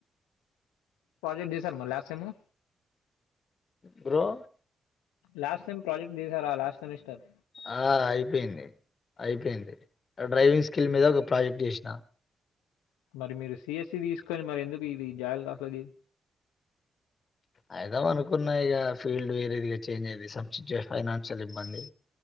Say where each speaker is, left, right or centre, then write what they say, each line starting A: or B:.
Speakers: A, on the left; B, on the left.
A: ప్రాజెక్ట్ చేసారా మరి లాస్టుటైం మ్
B: bro
A: last time project last semester
B: ఆ అయిపోయింది అయిపోయింది డ్రైవింగ్ కల్ మీద ఒక ప్రాజెక్ట్ చేసిన
A: మరి మీరు సిఎస్ఈ తీసుకొని మరి ఎందుకు ఇది జాయల్ కాసలుది
B: అఐదా అనుకున్నా ఇక ఫీల్డ్ వేరే ఇదిగా చేంజ్ అయింది ఫైనాన్షియల్ ఇబ్బంది